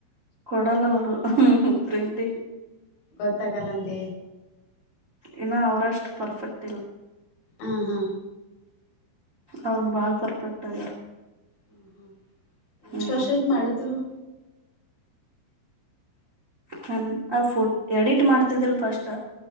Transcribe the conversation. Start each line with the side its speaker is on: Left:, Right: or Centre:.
Right: ಕೊಡಲ್ಲವರು ಪ್ರಿಂಟಿಗೆ
Left: ಗೊತ್ತಾಗಲ್ಲಂದ
Right: ಇನ್ನು ಅವ್ರಷ್ಟು ಪರ್ಫೆಕ್ಟ್ ಇಲ್ಲ.
Left: ಹಾ ಹಾ
Right: ಅವ್ರ ಬಾಳ್ ಪರ್ಫೆಕ್ಟ್ ಆಗ್ಯಾರ.
Left: ಹ್ಮ್ ಹ್ಮ್
Right: ಹ್ಮ್
Left: ಎಷ್ಟು ವರ್ಷ ಐತ್ ಮಾಡತರು
Right: ನನ್ ಆ ಫೋ ಎಡಿಟ್ ಮಾಡ್ತಿದ್ದಿಲ್ ಫಸ್ಟ್